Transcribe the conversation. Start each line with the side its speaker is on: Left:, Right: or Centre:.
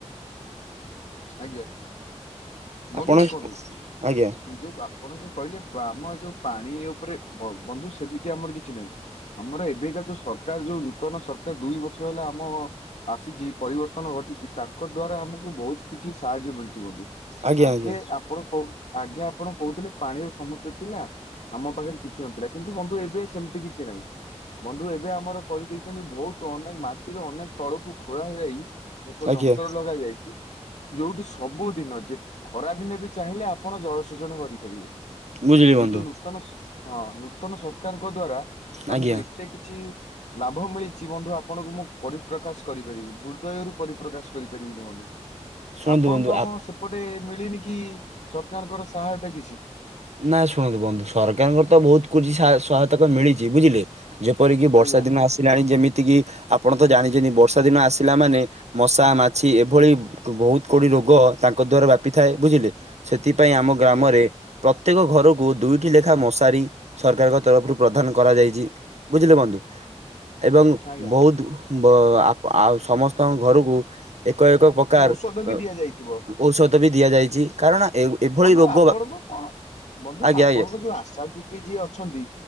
Left: ଆଜ୍ଞା। ବନ୍ଧୁ
Right: ଆପଣ
Left: ଦେଖନ୍ତୁ
Right: <unintelligible>
Left: ଯୋଉ ଆପଣ ଯୋଉ କହିଲେ? ଆମ ଯୋଉ ପାଣି ଉପରେ ବ-ବନ୍ଧୁ ସେମିତି ଆମର କିଛି ନାହିଁ। ଆମର ଏବେକା ଯୋଉ ସରକାର ଯୋଉ ନୂତନ ସରକାର ଦୁଇ ବର୍ଷ ହେଲା ଆମ ଆସିଚି ପରିବର୍ତ୍ତନ। ଘଟିଚି ତାଙ୍କ ଦ୍ଵାରା ଆମକୁ ବହୁତ କିଛି ସାହାଯ୍ୟ ମିଳିଚି ବନ୍ଧୁ
Right: ଆଜ୍ଞା
Left: ଆଗେ
Right: ଆଜ୍ଞା
Left: ଆପଣ କ ଆଗେ ଆପଣ କହୁଥିଲେ ପାଣିର ସମସ୍ୟା ଥିଲା। ଆମ ପାଖରେ କିଛି ନଥିଲା କିନ୍ତୁ ବନ୍ଧୁ ଏବେ ସେମତି କିଛି ନାହିଁ। ବନ୍ଧୁ ଏବେ ଆମର କରିଦେଇଚନ୍ତି ବହୁତ ଅନେକ ମାଟିର ଅନେକ ତଳକୁ ଖୋଳା ହେଇଯାଇ ଏକ
Right: ଆଜ୍ଞା
Left: ଯନ୍ତ୍ର ଲଗା ଯାଇଛି ଯୋଉଠି ସବୁଦିନ ଯେ ଖରା ଦିନେ ବି ଚାହିଁଲେ ଆପ୍ ପଣ ଜଳସେଚନ କରିପାରିବେ
Right: ବୁଝିଲି ବନ୍ଧୁ
Left: ଏଇ ଯୋଉ ନୂତନ ହଁ ନୂତନ ସରକାର ଙ୍କ ଦ୍ଵାରା
Right: ଆଜ୍ଞା
Left: ଆମକୁ ଏତେ କିଛି ଲାଭ ମିଳିଚି ବନ୍ଧୁ ଆପଣଙ୍କୁ ମୁଁ ପରିପ୍ରକାଶ କରିପାରିବିନି ହୃଦୟରୁ ପରିପ୍ରକାଶ କରିପାରିବିନି ବନ୍ଧୁ।
Right: ଶୁଣନ୍ତୁ
Left: ଆପଣଙ୍କ
Right: ବନ୍ଧୁ ଆ
Left: କଣ ସେପଟେ ମିଳିନି କି ସରକାରଙ୍କର ସାହାୟତା କିଛି।
Right: ନାଇଁ ଶୁଣନ୍ତୁ ବନ୍ଧୁ ସରକାରଙ୍କର ତ ବହୁତ କୁଛି ସହାୟତା ତ ମିଳିଚି ବୁଝିଲେ ଯେପରିକି ବର୍ଷା
Left: ଆଜ୍ଞା
Right: ଦିନ ଆସିଲାଣି ଯେମିତି କିି ଆପଣ ତ ଜାଣିଚନ୍ତି ବର୍ଷା ଦିନ ଆସିଲା ମାନେ ମଶା ମାଛି ଏଭଳି ବହୁତ ଗୋଡି ରୋଗ ତାଙ୍କ ଦ୍ୱାରା ବ୍ୟାପି ଥାଏ ବୁଝିଲେ ସେଥିପାଇଁ ଆମ ଗ୍ରାମରେ
Left: ଆଜ୍ଞା।
Right: ପ୍ରତ୍ୟେକ ଘରକୁ ଦୁଇଟି ଲେଖା ମଶାରୀ ସରକାରଙ୍କ ତରଫରୁ ପ୍ରଦାନ କରାଯାଇଚି ବୁଝିଲେ ବନ୍ଧୁ। ଏବଂ
Left: ଆଜ୍ଞା
Right: ବହୁତ ବ ଆ ଆଉ ସମସ୍ତଙ୍କ ଘରକୁ ଏକ ଏକ ପ୍ରକାର
Left: ଓ ଔଷଧ ବି
Right: ଅ
Left: ଦିଆଯାଇଥିବ।
Right: ଔଷଧ ବି ଦିଆଯାଇଛି, କାରଣ ଏ ଏଭଳି
Left: ବନ୍ଧୁ
Right: ରୋଗ
Left: ଆପଣ କୁ କଣ ବନ୍ଧୁ
Right: ଆଜ୍ଞା
Left: ଆପଣଙ୍କ
Right: ଆଜ୍ଞା
Left: ଯୋଉ ଆଶା ଦିଦି ଯିଏ ଅଛନ୍ତି,